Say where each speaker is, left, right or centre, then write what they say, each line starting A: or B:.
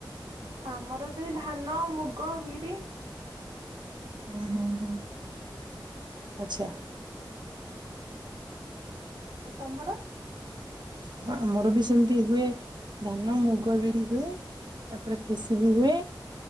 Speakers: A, on the right; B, on the right.
A: ଆମର ସେଇ ଧାନ ମୁଗ ବିରି।
B: ହୁଁ ହୁଁ ହୁଁ ଆଚ୍ଛା।
A: ତମର।
B: ହଁ ଆମର ବି ସେମିତି ହୁଏ ଧାନ ମୁଗ ବିରି ହୁଏ ତାପରେ ଫେସି ବି ହୁଏ